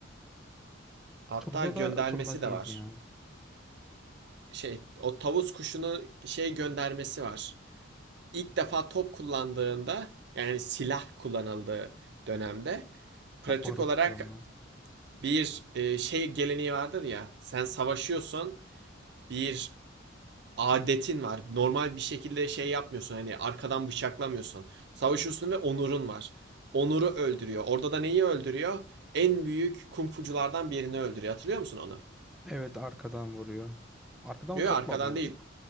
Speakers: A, on the right; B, in the centre.
A: Hatta
B: Turna
A: göndermesi
B: da turna değildi
A: de var.
B: ya.
A: Şey o tavus kuşunu şey göndermesi var. İlk defa top kullandığında yani silah kullanıldığı dönemde pratik
B: Ha baruttu
A: olarak
B: ama.
A: bir e, şey geleneği vardır ya sen savaşıyorsun bir adetin var. Normal bir şekilde şey yapmıyorsun. Hani arkadan bıçaklamıyorsun. Savaşıyorsun ve onurun var. Onuru öldürüyor. Orada da neyi öldürüyor? En büyük kung birini öldürüyor. Hatırlıyor musun onu?
B: Evet arkadan vuruyor. Arkadan
A: Yok
B: mı topla
A: arkadan
B: mı vuruyor?
A: değil.